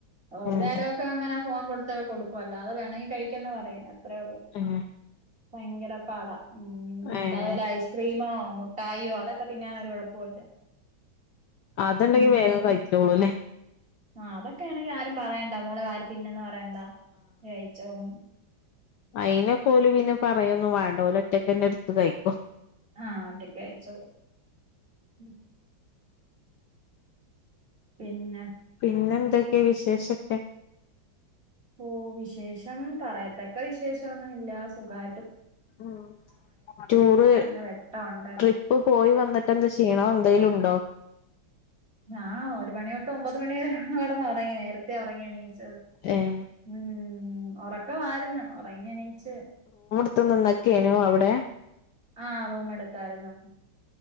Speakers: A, on the right; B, on the left.
A: ഒരു
B: ഉം
A: നേരമൊക്കെ അങ്ങനെ ഫോൺ കൊടുത്ത കൊടുക്കും അല്ലാതെ വേണമെങ്കിൽ കഴിക്കന്ന് പറയും അത്രെ ഉളളു
B: ഉം
A: ഭയങ്കര പാട അല്ലാതെ
B: ഏഹ്
A: വല്ല ഐസ്ക്രീമോ മുട്ടായിയോ അതൊക്കെ തിന്നാൻ ഒരു കുഴപ്പൊവില്ല
B: അതുണ്ടെങ്കി വേഗം കഴിച്ചോളും അല്ലേ
A: ആഹ് അത് ഒക്കെ ആണെങ്കിൽ ആരും പറയണ്ട മോളെ വാരി തിന്നന്ന് പറയണ്ട കഴിച്ചോളും
B: അയിനെക്കോല് പിന്നെ പറയൊന്നും വേണ്ടാ ഓല് ഒറ്റക്ക് തന്നെ എടുത്ത് കഴിക്കും
A: ആഹ് അത് കയിച്ചോളും ഉം പിന്നെ
B: പിന്നെന്തൊക്കെ വിശേഷൊക്കെ
A: ഓ വിശേഷം പറയത്തക്കെ വിശേഷം ഒന്നുല്ല സുഖാ
B: മ് ടൂറ്
A: നല്ല വെട്ടമുണ്ട്
B: ട്രിപ്പ് പോയി വന്നിട്ട് ന്താ ക്ഷീണോൺ ന്തേലുണ്ടോ
A: ആ ഒരു മണി തൊട്ട് ഒമ്പത് മണി <unintelligible> കടന്ന് ഒറങ്ങി നേരത്തെ ഒറങ്ങിയെണി എ
B: ഏഹ്
A: മ് ഒറക്കമാരിന്ന് ഒറങ്ങി എണീച്ച്
B: ത്ത് <unintelligible> അവിടെ
A: ആ റൂം എടുത്താര്ന്ന്